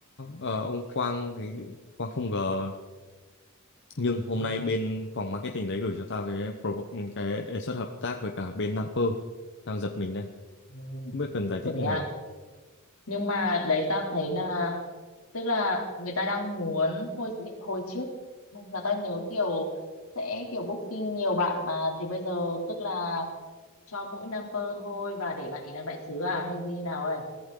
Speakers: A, on the left; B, on the left.
A: ờ, ông Quang cái Quang không ngờ nhưng hôm
B: ừ.
A: nay bên phòng marketing đấy gửi cho tao cái propo- cái đề xuất hợp tác với cả bên Naper đang giật mình đây
B: ừ
A: không biết cần giải
B: Ừ,
A: thích
B: thế
A: như
B: ạ
A: nào
B: nhưng mà đấy ta thấy là tức là người ta đang muốn hồi hồi trước là ta nhớ kiểu sẽ kiểu booking nhiều bạn mà thì bây giờ tức là cho mỗi number thôi và để bạn ý làm đại sứ à hay như nào ấy